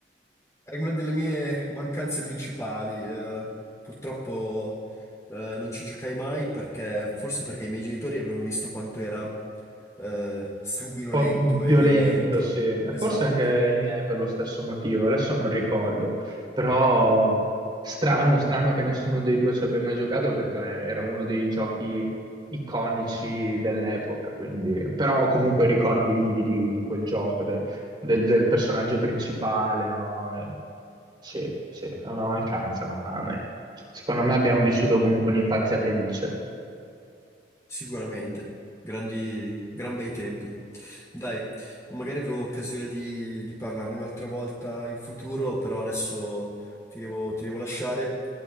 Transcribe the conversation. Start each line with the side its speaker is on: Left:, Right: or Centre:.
Left: È una delle mie mancanze principali. eh, purtroppo eh, non ci giocai mai perché, forse perché i miei genitori avevano visto quanto era eh, sanguinolento
Right: po' violento,
Left: e violento.
Right: sì. E
Left: Esatto.
Right: Forse anche i miei per lo stesso motivo, adesso non ricordo, però strano, strano che nessuno dei due ci abbia mai giocato perché era uno dei giochi iconici dell'epoca, quindi... però ho comunque ricordi vivi di, di quel gioco, de- del, del personaggio principale, no? E- Sì, sì, è una mancanza, ma ah, beh, secondo me abbiamo vissuto comunque un'infanzia felice.
Left: Sicuramente, grandi, gran bei tempi. Dai, magari avremo occasione di, di parlarne un'altra volta in futuro, però adesso ti devo, ti devo lasciare